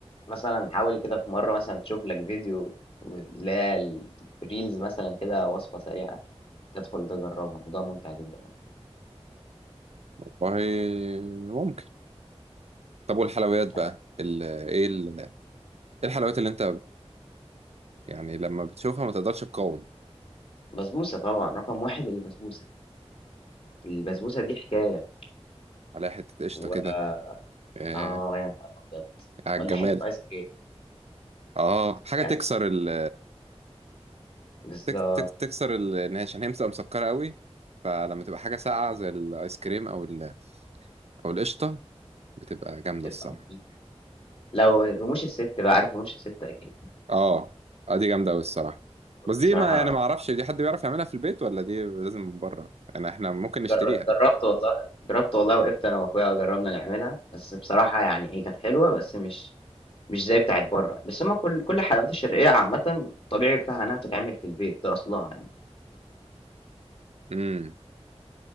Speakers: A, on the left; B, on the right.
A: مثلًا حاول كده في مرّة مثلًا تشوف لك فيديو واللي هي ال الreels مثلًا كده وصفة سريعة، تدخل تجرّبها، الموضوع ممتع جدًا
B: والله ممكن طب والحلويات بقى
A: والله.
B: ال... ايه ال... إيه الحلويات اللي انت يعني لما بتشوفها ما تقدرش تقاوم
A: بسبوسة طبعًا، رقم 1 البسبوسة، البسبوسة دي حكاية
B: عليها حته قشطه
A: و
B: كده آه،
A: آه، يا نهار أبيض!
B: على
A: والّا
B: الجمال
A: حتّة آيس كريم
B: اه حاجه
A: يعني
B: تكسر ال
A: بالضبط،
B: تك تك تكسر ال- ان هي عشان هي بتبقى مسكره قوي فلما تبقى حاجه ساقعه زي الايس كريم او ال... او القشطه بتبقى جامده
A: تبقى
B: الصراحه
A: مميتة. لو رموش الست بقى، عارف رموش الست أكيد،
B: اه اه دي جامده قوي الصراحه بس دي
A: بصراحة
B: ما يعني ما اعرفش دي حد بيعرف يعملها في البيت ولا دي لازم من بره يعني احنا ممكن نشتريها
A: جر- جربت والله جربت والله وقفت انا واخويا جربنا نعملها بس بصراحه يعني هي كانت حلوه بس مش مش زي بتاعت بره بس هما كل كل الحلويات الشرقيه عامه الطبيعي بتاعها انها بتتعمل في البيت ده اصلها يعني
B: امم